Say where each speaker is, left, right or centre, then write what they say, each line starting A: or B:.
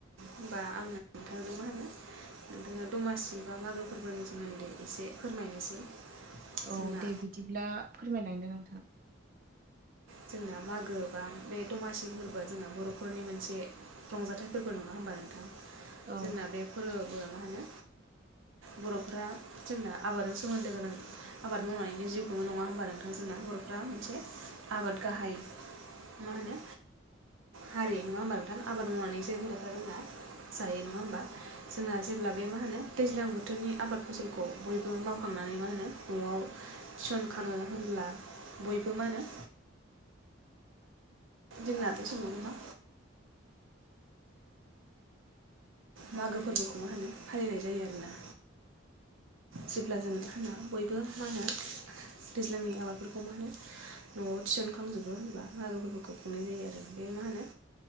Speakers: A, on the right; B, on the right.
A: होमबा आङो नोंथांजों मा होनो नोंथांनो दमासि बा मागो फोरबोनि सोमोन्दै एसे फोरमायनोसै। जोंना
B: औ दे बिदिब्ला फोरमायलांदो नोंथां
A: जोंना मागो बा बे दमासि फोरबोआ जोंना बर'फोरनि मोनसे रंजाथाइ फोरबो नङा होमबा नोंथां
B: औ
A: जोंना बे फोरबोआ मा होनो बर'फोरा जोंना आबादजों सोमोन्दो गोनां आबाद मावनानैनो जिउ खुङो नङा होनबा नोंथां जोंना बर'फ्रा मोनसे आबाद गाहाय मा होनो हारि नङा होमबा नोंथां आबाद मावनानैसो बर'फ्रा जोंना जायो नङा होमबा जोंना जेब्ला बे मा होनो दैज्लां बोथोरनि आबाद फसलखौ बयबो मावखांनानै मा होनो न'आव सन खाङो होनब्ला बयबो मा होनो जोंना बे समावनो मा मागो फोरबोखौ मा होनो फालिनाय जायो आरोना जेब्ला जों होनना बयबो मा होनो दैज्लांनि आबादफोरखौ मा होनो न'आव थिसनखांजोबो होनब्ला मारुफोरखौ खुंनाय जायो आरो बे मा होनो